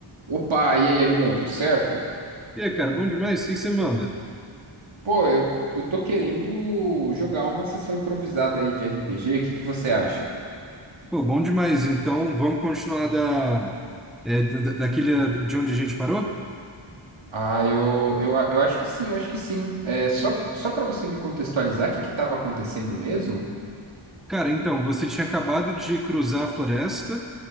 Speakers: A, on the right; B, in the centre.
A: Opa, e aí, amigão, tudo certo?
B: E aí, cara, bom demais? O que que você manda?
A: Pô, eu, eu tô querendo jogar uma sessão improvisada aí de RPG, o que que você acha?
B: Pô, bom demais. Então, vamos continuar da, é, da, da- daquele de onde a gente parou?
A: Ah, eu, eu, a- eu acho que sim, eu acho que sim. É, só, só pra você me contextualizar, o que que tava acontecendo mesmo?
B: Cara, então, você tinha acabado de cruzar a floresta,